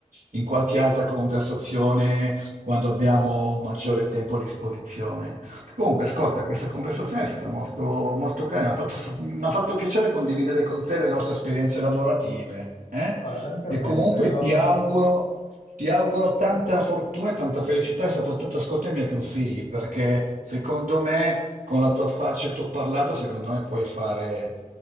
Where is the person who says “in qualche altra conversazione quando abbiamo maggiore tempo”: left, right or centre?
Right